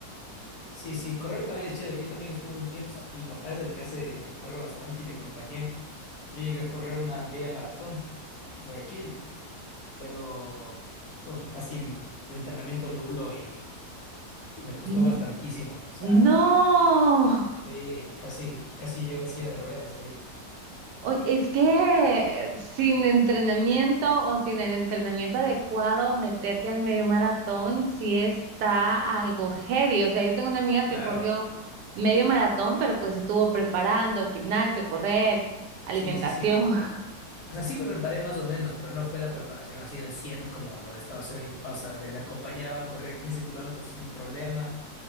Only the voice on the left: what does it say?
Sí, sí, correr también es chévere. Yo también estuve un tiempo, o sea, mi papá es el que hace, el que corre bastante y le acompañé. Yo llegué a correr una media maratón en Guayaquil, pero uf, casi de entrenamiento nulo y, y me costó
bastantísimo. O sea,
sí, casi, casi llego en silla de ruedas ahí.
Claro,
sí, sí, sí.
O sea, sí me preparé más o menos, pero no fue la preparación así al 100 como lo estaba haciendo mi papá. O sea, de la acompañaba, corría 15 kilómetros sin problema.